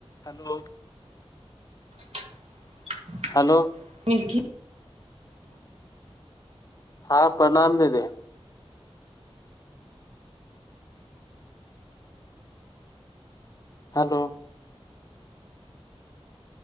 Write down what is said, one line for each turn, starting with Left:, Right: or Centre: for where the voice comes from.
Left: Hello
Right: <unintelligible> <unintelligible>
Left: hello
Right: मिसकि
Left: हँ प्रणाम दीदी हेलो